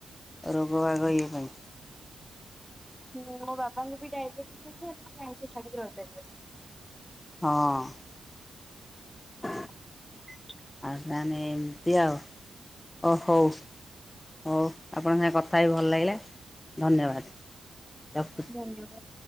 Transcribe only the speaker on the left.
ରୋଗ ବାଗ ଇଏ ପାଇଁ।
ହଁ।
ଆଉ ତାହେନେ ଏମିତି ଆଉ ଅ ହଉ। ହଉ ଆପଣଙ୍କ ସାଙ୍ଗେ କଥା ବି ଭଲ ଲାଗିଲା ଧନ୍ୟବାଦ ରକ